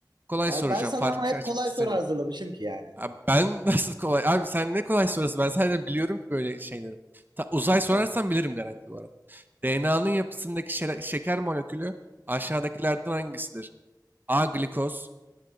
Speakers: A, on the right; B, on the right.
A: Kolay
B: Ya
A: soracağım.
B: ben sana
A: Farkı
B: ama hep
A: açmak
B: kolay
A: istemiyorum.
B: soru hazırlamışım ki yani.
A: Abi ben <laughs> nasıl kolay? Abi sen ne kolay soruyorsun? Ben zaten biliyorum ki böyle şeyleri. Ta- uzay sorarsan
B: Tamam.
A: bilirim garanti bu arada. DNA'nın yapısındaki şere- şeker molekülü aşağıdakilerden hangisidir? A. Glikoz